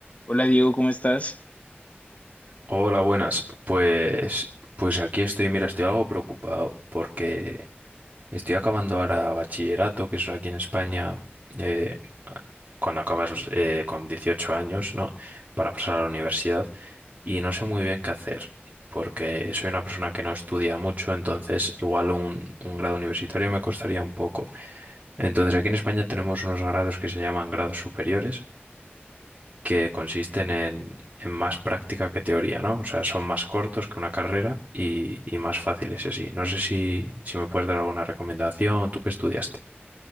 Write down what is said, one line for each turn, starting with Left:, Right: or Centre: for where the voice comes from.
Left: Hola Diego, ¿cómo estás?
Right: Hola, buenas. Pues, pues aquí estoy, mira, estoy algo preocupado porque estoy acabando ahora bachillerato, que es aquí en España, eh, cuando acabas eh, con 18 años, ¿no? Para pasar a la universidad y no sé muy bien qué hacer porque soy una persona que no estudia mucho, entonces igual un, un grado universitario me costaría un poco. Entonces aquí en España tenemos unos grados que se llaman grados superiores que consisten en, en más práctica que teoría, ¿no? O sea, son más cortos que una carrera y, y más fáciles así. No sé si, si me puedes dar alguna recomendación, tú que estudiaste.